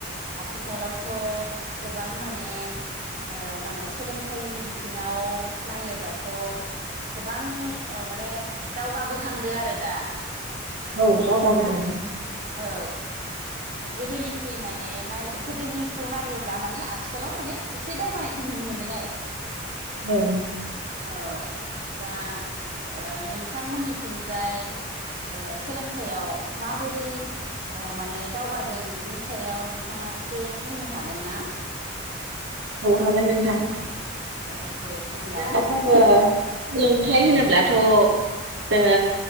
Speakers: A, on the right; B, on the right.
A: आथिखालावथ गोबां माने ओ मा होनो सोलोंथाइनि बिथिङाव नायोब्लाथ गोबां ओ माने दावगाबोहांदो आरो दा
B: औ दावगाबोदों
A: ना औ गोदोनि ख्रुइ माने नाय गोदोनिखौ नायोब्ला माने आथिखालाव माने एसे दावगानायखौ नुनो मोनदों आरो
B: औ
A: औ दा ओ नोंथांमोननिथिंजाय ओ सोलों थाइयाव माबोरै ओ माने दावगादों बेनि सायाव नोंथाङा एसे बुंनो हागोन ना
B: औ हागोन नोंथां
A: औ दे बुंलाय
B: <unintelligible> सोलोंथाइ होनोब्लाथ जोङो